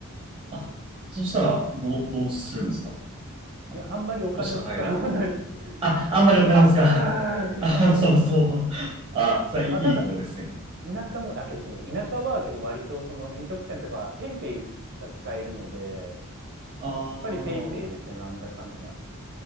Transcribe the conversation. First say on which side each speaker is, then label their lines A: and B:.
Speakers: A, on the right; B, on the right.
A: あ、あ、そしたら、どう、
B: うん。
A: どうするんですかあのお支払いは。
B: いや、あんまりお金を使わないっていう。
A: あ、あんまりお金を使わない。
B: <laughs>
A: <laughs> あ、
B: そうですね。
A: そうそう。あ、それはいいいことですね。
B: あ、ただ、田舎も、あ、けどそうですね。田舎は、けど割とその飲食店とかはペイペイが使えるので、
A: ああ。
B: ぱりペイペイですね、なんだかんだ。